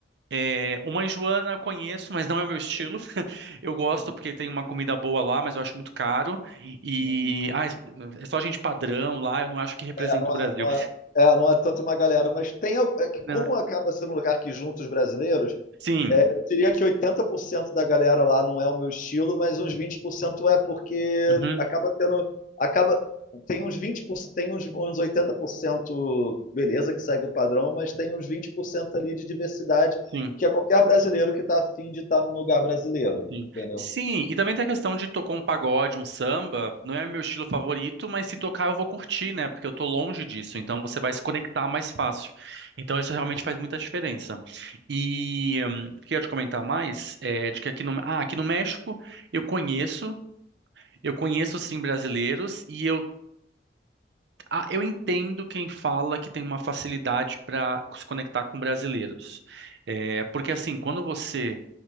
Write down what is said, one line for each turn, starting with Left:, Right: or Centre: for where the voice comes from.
Right: é, uma Enjoana conheço, mas não é o meu estilo. <laughs> Eu gosto
Left: Uhum,
Right: porque tem uma comida boa lá, mas eu acho muito caro. E
Left: uhum.
Right: ah, é só gente padrão lá, eu não acho que representa
Left: É, não
Right: o Brasil.
Left: é, não é, é, não é tanto uma galera, mas tem. al- É que
Right: Não,
Left: como acaba sendo um lugar que junta os brasileiros,
Right: sim,
Left: É, eu diria que 80% da galera lá não é o meu estilo, mas uns 20% é porque
Right: uhum,
Left: acaba tendo, acaba tem uns 20%, tem uns, uns 80% beleza que segue o padrão, mas tem uns 20% ali de diversidade
Right: sim,
Left: que é qualquer brasileiro que tá afim de estar num lugar brasileiro,
Right: sim.
Left: entendeu?
Right: Sim, e também tem a questão de tocar um pagode, um samba. Não é meu estilo favorito, mas se tocar eu vou curtir, né? Porque eu tô longe disso, então você vai se conectar mais fácil. Então isso realmente faz muita diferença. E hum, queria te comentar mais é, de que aqui no, ah, aqui no México eu conheço. Eu conheço sim brasileiros e eu, ah, eu entendo quem fala que tem uma facilidade para se conectar com brasileiros. É, porque assim, quando você